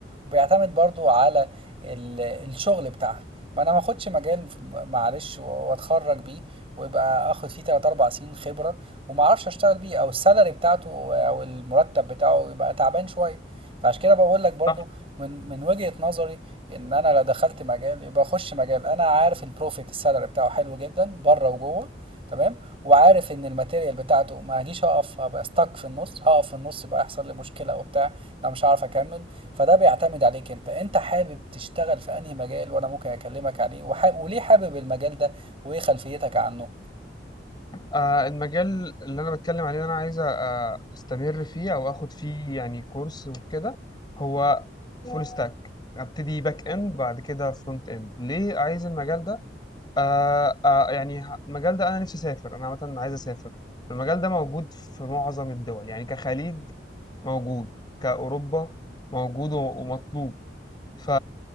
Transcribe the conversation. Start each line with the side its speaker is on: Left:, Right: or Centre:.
Right: وبيعتمد برضو على ال- الشغل بتاعها ما انا ما اخدش مجال معلش واتخرج بيه ويبقى اخد فيه 3 4 سنين خبره وما اعرفش اشتغل بيه او السالري بتاعته او المرتب بتاعه يبقى تعبان شويه فعشان كده بقول لك برضو
Left: صح
Right: من من وجهة نظري ان انا لو دخلت مجال يبقى اخش مجال انا عارف البروفيت السالري بتاعه حلو جدا بره وجوه تمام وعارف ان الماتيريال بتاعته ما هجيش هقف هبقى ستك في النص هقف في النص يبقى يحصل لي مشكله وبتاع انا مش هعرف اكمل فده بيعتمد عليك انت انت حابب تشتغل في انهي مجال وانا ممكن اكلمك عليه وحاب وليه حابب المجال ده وايه خلفيتك عنه
Left: آه، المجال اللي انا بتكلم عليه اللي انا عايز آه، استمر فيه او اخد فيه يعني كورس وكده هو فول ستاك ابتدي باك اند بعد كده فرونت اند ليه عايز المجال ده آه آه يعني ه- المجال ده انا نفسي اسافر انا عامه عايز اسافر المجال ده موجود في معظم الدول يعني كخليج موجود كأوروبا موجود و- ومطلوب ف